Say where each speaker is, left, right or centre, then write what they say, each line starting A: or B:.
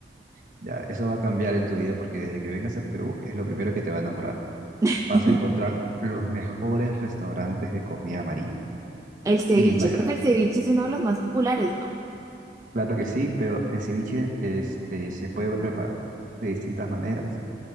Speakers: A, on the right; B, on the right.
A: Ya, eso va a cambiar en tu vida porque desde que vengas a Perú es lo primero que te va a enamorar.
B: <laughs>
A: vas a encontrar los mejores restaurantes de comida marina.
B: El ceviche,
A: Y más,
B: creo que el ceviche es uno de los más populares, ¿no?
A: claro que sí, pero el ceviche este, se puede preparar de distintas maneras.